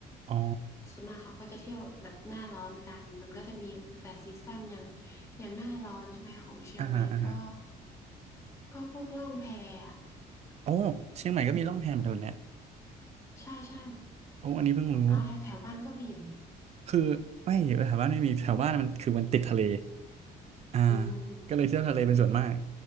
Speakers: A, on the right (about 40°); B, on the left (about 15°).
A: อ๋อ
B: ส่วนมากเขาก็จะเที่ยวแบบหน้าร้อนกัน มันก็จะมีแต่ซีซั่นอย่างอย่างหน้าร้อนใช่ไหมของเชียงใหม่ก็
A: อ่าฮะอ่าฮะ
B: ก็พวกล่องแพอะ
A: โอ้เชียงใหม่ก็มีร่องแพเหมือนกันเนี่ย
B: ใช่ใช่
A: โอ้อันนี้เพิ่งรู้
B: เอาแถวแถวบ้านก็มีเหรอ
A: คือไม่แถวบ้านไม่มีแถวบ้านมันคือมันติดทะเล อ่า
B: อืม
A: ก็เลยเที่ยวทะเลเป็นส่วนมาก